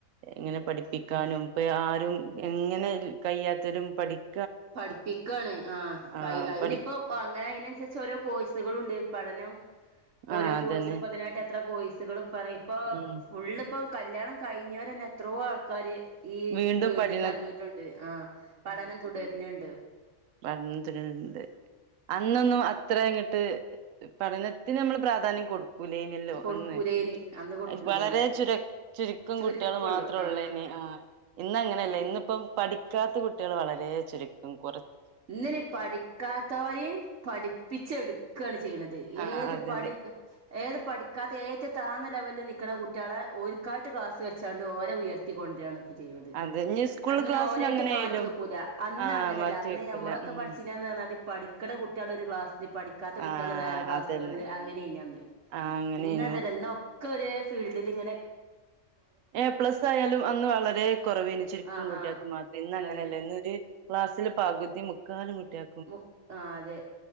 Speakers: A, on the right; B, on the right.
A: ങ്ങനെ
B: അതെ
A: പഠിപ്പിക് ക്കാനും ഇപ്പ ആരും എങ്ങനെ കയ്യാത്തവരും പഠിക്
B: പഠിപ്പിക്കാണ് ആ
A: ആഹ്
B: കൈ അയിനിപ്പോ
A: പഠി
B: ഓ അങ്ങനെ അയ്നൻസര്ച്ചോരോ കോഴ്സുകളുണ്ട്, പഠനം ഓരോ
A: ആഹ് അതന്നെ
B: കോഴ്‌സ് ഇപ്പതിനായിട്ടെത്ര കോഴസ്കള്പ്പെർങ്ങി ഇപ്പോ
A: ഉം
B: ഫുള്ളിപ്പൊ കല്യാണം കഴിഞ്ഞോരന്നെ എത്രോ ആൾക്കാര് ഈ
A: വീണ്ടും
B: ഫീൽഡ്ക്കർങ്ങിയിട്ടുണ്ട്,
A: പഠന
B: ആഹ് പഠനം തുടര്ന്ണ്ട്
A: പഠനം തുടരുന്നുണ്ട്. അന്നൊന്നും അത്രങ്ങട്ട് പഠനത്തിനമ്മൾ പ്രാധാന്യം കൊടു കുലേന്യല്ലോ
B: കൊടുക്കൂലേനി
A: അന്ന്,
B: അന്ന് കൊടുക്കൂലേനി
A: അയ് വളരെ ചുരു ചുരുക്കം
B: ചുരുക്കൊള്ളു
A: കുട്ടികൾ മാ ത്രൊള്ളേനി.
B: ആ
A: ആഹ് ഇന്നങ്ങനെയല്ല,
B: ആ
A: ഇന്നിപ്പം പഠിക്കാത്ത കുട്ടികൾ വളരെ ചുരുക്കും കൊറ
B: ഇന്നിനി പഠിക്കാത്തോര്യും പഠിപ്പിച്ചെടുക്കാണ് ചെയ്യ്ണത്.
A: ആ
B: ഏത്
A: അതെ
B: പഠി
A: അതെ
B: ഏത് പഠിക്കാത്ത ഏറ്റവും താന്ന ലെവലില് നിക്ക്ണ കുട്ട്യാളെ ഓൽക്കായിട്ട് ക്ലാസ്സ് വെച്ചാണ്ട് ഓരെ ഉയർ ർത്തി കൊണ്ട്രാണ് ഇപ്പൊ ചെയ്യ്ണത്.
A: അത് ഇനി സ്കൂൾ
B: അങ്ങനെ
A: ക്ലാസ്സിൽ
B: ഓരായിട്ട്
A: അങ്ങനെ
B: മാറ്റി
A: ആയാലും
B: വെക്കൂല, അന്ന
A: ആ
B: ങ്ങനല്ല.
A: മാറ്റി
B: അന്ന്
A: വെക്കൂല
B: നമ്മളൊക്കെ
A: ഉം
B: പഠിച്ചീന്യന്ന് ർഞ്ഞാല് പഠിക്ക്ണ കുട്ട്യാളൊരു ക്ലാസില്, പഠിക്കാത്ത കുട്ട്യാള്
A: ആ
B: വേറെ ക്ലാസ്സുകൾല്,
A: അതന്നെ
B: അങ്ങനേന്യന്ന്.
A: ആ അങ്ങനെനു
B: ഇന്നതല്ല. ഇന്നൊക് ക്കൊരേ ഫീൽഡ്ല്ങ്ങനെ
A: ഏ പ്ലസ് ആയാലും അന്ന് വളരെ കുറവേനി. ചുരുക്കും
B: ആഹ്
A: കുട്ടികക്ക്
B: ആഹ്
A: മാത്രേനി. ഇന്നങ്ങനെല്ല
B: അതെ
A: ഇന്നൊര് ക്ലാസ്സില് പകുതി മുക്കാലും കുട്ട്യാ
B: മുക് ആഹ് അതെ